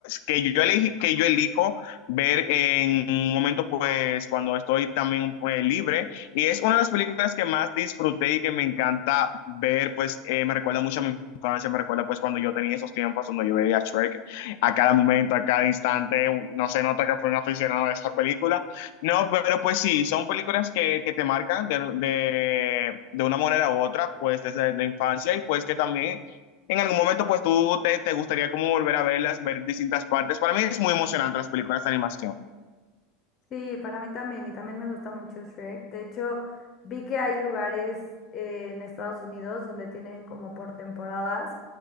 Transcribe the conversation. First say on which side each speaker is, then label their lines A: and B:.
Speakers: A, on the left; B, on the left.
A: que yo elegí, que yo elijo ver en un momento, pues, cuando estoy también pues, libre. Y es una de las películas que más disfruté y que me encanta ver, pues, eh, me recuerda mucho a mi infancia, me recuerda, pues, cuando yo tenía esos tiempos, cuando yo veía a Shrek a cada momento, a cada instante. No se nota que fue un aficionado de esta película. No, pero pues sí, son películas que, que te marcan de, de, de una manera u otra, pues, desde la infancia y pues que también en algún momento pues tú te, te, gustaría como volver a verlas, ver distintas partes. Para mí es muy emocionante las películas de animación.
B: Sí, para mí también, y también me gusta mucho Shrek. De hecho, vi que hay lugares eh, en Estados Unidos donde tienen como por temporadas